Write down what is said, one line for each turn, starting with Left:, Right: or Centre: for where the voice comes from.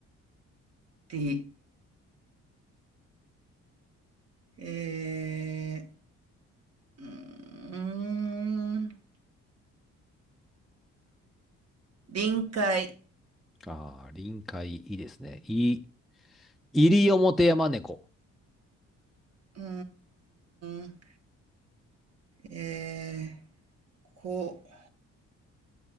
Right: り、えー、うーん、臨界、
Centre: ああ、臨海、いいですね。い、西表山猫。
Right: うーん、えー、こう、